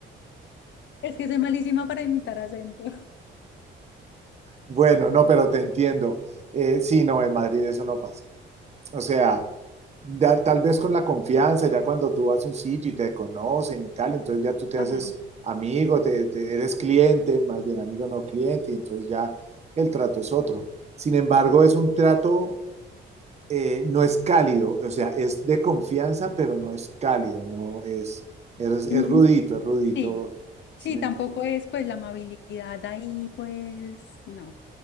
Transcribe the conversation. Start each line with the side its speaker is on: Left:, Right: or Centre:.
Left: Es que soy malísima para imitar acento.
Right: Bueno, no, pero te entiendo. Eh, sí, no, en Madrid eso no pasa. O sea, ya tal vez con la confianza, ya cuando tú vas a un sitio y te conocen y tal, entonces ya tú te
Left: Ajá.
Right: haces amigo, te, te- eres cliente, más bien amigo no cliente, y entonces ya el trato es otro. Sin embargo, es un trato, eh, no es cálido, o sea, es de confianza, pero no es cálido, no es, es, es
Left: Ujú.
Right: rudito, es rudito,
Left: Sí,
Right: ¿sí
Left: sí,
Right: me
Left: tampoco
Right: entiendes?
Left: es pues la amabilidad ahí, pues no.